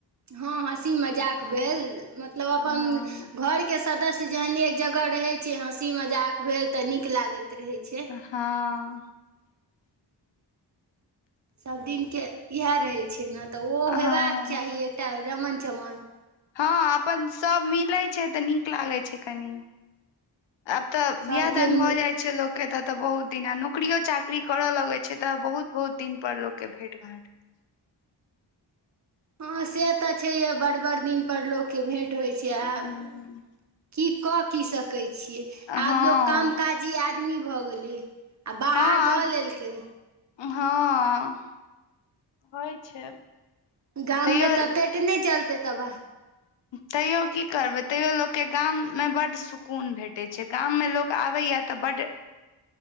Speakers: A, on the right (about 40°); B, on the left (about 75°).
A: हँ हँसी मजाक भेल मतलब अपन
B: हँ
A: घर के सदस्य जहने एक जगह रहे छै हँसी मजाक भेल ते निक लागैत रहे छै
B: हँ
A: सभदिनके इएह रहैत छै न तऽ ओहो
B: हँ
A: होयबाक चाही एकटा रमन चमन
B: हँ अपन सभ मिलैत छै तऽ नीक लागैत छै कनि अब तऽ
A: सबके
B: बिआह दान
A: मि
B: भ जाइ छै छै लोकके त तऽ बहुत दिन आ नौकियो चाकरी करऽ लगैत छै तऽ बहुत बहुत दिन पर लोकके भेट घाट
A: हँ से तऽ छैहे बड बड़ दिनपर लोकके भेट होइत छै आब
B: हूँ
A: की कऽ की सकैत छियै
B: हँ
A: आब लोक काम काज जी आदमी भऽ गेलै आ बाहर
B: हँ आब
A: धऽ लेलकै
B: हँ होइ छै
A: गाममे
B: तैयो
A: तऽ पेट नहि चलतै तब
B: तैयो की करबै तैयो लोकके गाममे बड्ड सुकून भेटैत छै गाममे लोक आबैया तऽ बड्ड